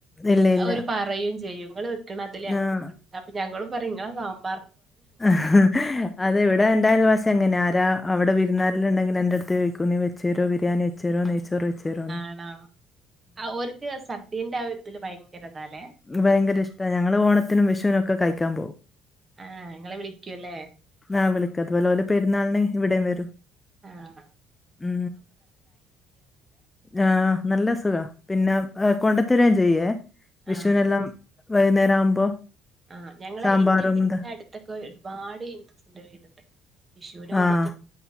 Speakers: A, on the left (about 15°); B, on the right (about 30°).
A: ഇല്ല ഇല്ല.
B: ഓര് പറയുകയും ചെയ്യും ങ്ങൾ വെക്ക്ണ അതില്.
A: ആഹ്.
B: അപ്പൊ ഞങ്ങളും പറയും ഇങ്ങളെ സാമ്പ.
A: ഹി അതെവിടെ എന്റെ അയൽവാസി അങ്ങനെ ആരാ അവിടെ വിരുന്നാര് ണ്ടെങ്കില് എന്റെ അടുത്ത് ചോദിക്കു നീ വെച്ച തരോ ബിരിയന്ന് ചെറോ നെയ്ചോറ് വെച്ച് തരോന്ന്?
B: ആണോ ഓര്ക്ക് ആ സദ്യന്റെ ആ ഒരുരിതില് ഭയങ്കരതാല്ലേ?
A: ഭയങ്കര ഇഷ്ട ഞങ്ങള് ഓണത്തിനും വിഷുവിനും ഒക്കെ കഴിക്കാൻ പോവു.
B: ആഹ ഇങ്ങളെ വിളിക്കൂല്ലേ?
A: ആ വിളിക്കും അത് പോലെ ഓല് പെരുന്നാളിന് ഇവിടേം വരൂ.
B: ആഹ്‌.
A: ഉ ആ നല്ല സുഖ പിന്നെ കൊണ്ട ത്തെരും ചെയ്യേ വിഷുവിനെല്ലാം
B: ആഹ്
A: വൈകുന്നേരം ആവുമ്പോ?
B: ആഹ് ഞങ്ങളെ
A: സാമ്പാറും
B: ഇന്റെ വീടിന്റെ
A: ഇത്
B: അടുത്തൊക്കെ ഒരുപാട് ഹിന്ദുസിന്റെ വീടുണ്ട്. വിഷുവിനു ഓണത്തി
A: ആഹ്.